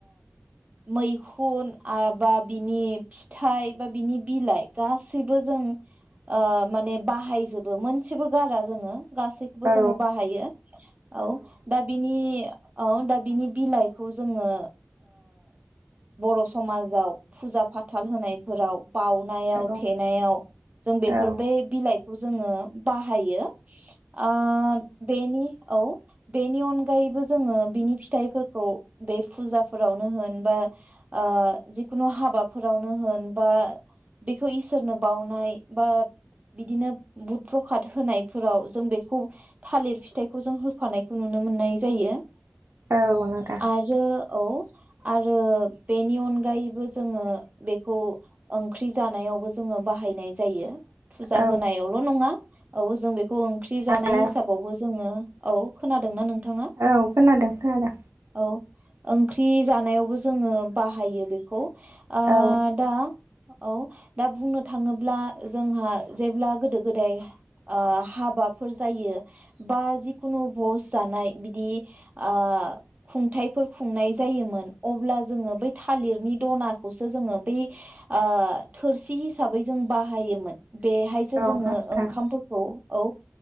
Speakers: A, on the right (about 30°); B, on the right (about 65°).
A: मै खुन बा बिनि फिथाइ बा बिनि बिलाइ गासैबो जों ओ माने बाहायजोबो सेबो गारा जोङो गासैखौबो
B: औ
A: जोङो बाहायो औ दा बिनि औ दा बिनि बिलाइखौ जोङो बर' समाजाव फुजा फाथाल होनायफोराव बाउनायाव
B: औ औ
A: थेनायाव जों बेफोर
B: औ नोंथां
A: बै बिलाइ खौ जोङो बाहायो आ बेनि औ बेनि अनगायैबो जोङो बिनि फिथाइफोरखौ बे फुजाफोरावनो होन बा ओ जिखुनु हाबाफोरावनो होन बा बेखौ इसोरनो बावनाय बा बिदिनो बुध प्रखाद होनायफोराव जों बेखौ थालिर फिथाइखौ जों होफानायखौ नुनो मोननाय जायो
B: औ नोंथां
A: आरो औ आरो बेनि अनगायैबो जोङो बेखौ ओंख्रि जानायावबो जोङो बाहायनाय जायो फुजा
B: औ
A: होनायावल' नङा औ जों बे ओंख्रि जानाय
B: माने
A: हिसाबावबो जोङो औ खोनादोंना नों थाङा
B: औ खोनादों खोनादों
A: औ ओंख्रि जानायावबो जोङो बाहायो बेखौ आ
B: औ
A: दा औ दा बुंनो थाङोब्ला जोंहा जेब्ला गोदो गोदाय ओ हाबाफोर जायो बा जिखुनु भस जानाय बिदि ओ खुंथायाइफोर खुंनाय जायोमोन अब्ला जोङो बै थालिरनि दनाखौसो जोङो बै ओ थोरसि हिसाबै जों बाहायोमोन बेहायसो
B: औ
A: जोङो
B: नोंथां
A: ओंखामफोरखौ औ